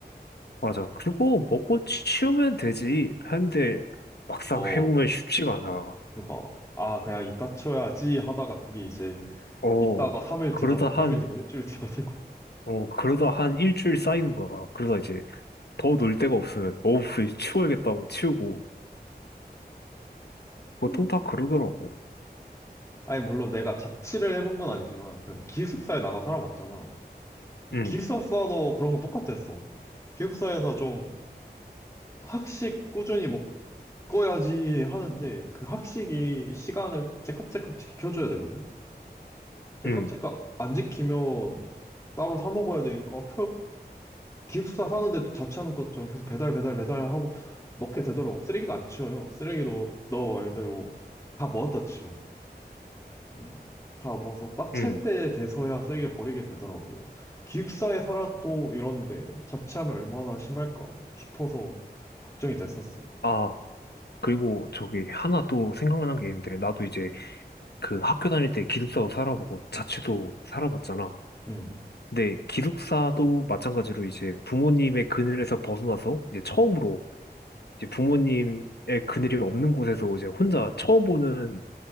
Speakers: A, on the left; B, on the left.
A: 맞아. 그거 먹고 치우면 되지. 했는데 막상
B: 어,
A: 해보면 쉽지가 않아.
B: 그러니까 아 그냥 이따 쳐야지 하다가 그게 이제
A: 어,
B: 이따가 3일
A: 그러다
B: 뒤가 되고
A: 한,
B: 3일 뒤가 일주일 뒤가 되고
A: 어, 그러다 한 일주일 쌓이는 거야. 그러다 이제 더 놀 데가 없으면, 어우, 이거 치워야겠다고 치우고. 보통
B: 음.
A: 다 그러더라고.
B: 아니 물론 내가 자취를 해본 건 아니지만 그래도 기숙사에 나가 살아봤잖아. 근데
A: 응
B: 기숙사도 그런 건 똑같았어. 기숙사에서 좀 학식 꾸준히 먹어야지 하는데 그 학식이 시간을 째깍째깍 지켜줘야 되거든. 째깍째깍
A: 응
B: 안 지키면 따로 사 먹어야 되니까 기숙사 사는데도 자취하는 것처럼 계속 배달 배달 배달하고 먹게 되더라고. 쓰레기도 안 치워요. 쓰레기도 너 말대로 다 모았다 치워. 응? 다 모아서 꽉 찰
A: 응
B: 때 돼서야 쓰레기를 버리게 되더라고. 기숙사에 살아도 이런데 자취하면 얼마나 심할까 싶어서 걱정이 됐었어.
A: 아, 그리고 저기 하나 또 생각난 게 있는데, 나도 이제
B: 응,
A: 그 학교 다닐 때 기숙사도 살아보고 자취도 살아봤잖아.
B: 응,
A: 네, 기숙사도 마찬가지로 이제 부모님의 그늘에서 벗어나서 이제 처음으로 이제 부모님의 그늘이 없는 곳에서 이제 혼자 처음 보는